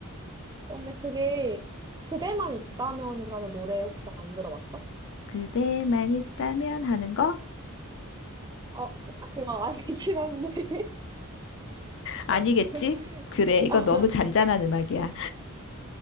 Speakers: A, on the right; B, on the left.
A: 어, 근데 그게 그대만 있다면이라는 노래 혹시 안 들어봤어?
B: 그대만 있다면 하는 거?
A: 어, 그, 아, 그거 아니긴 한데.
B: 아니겠지?
A: <laughs>
B: 그래, 이거
A: 어,
B: 너무 잔잔한 음악이야.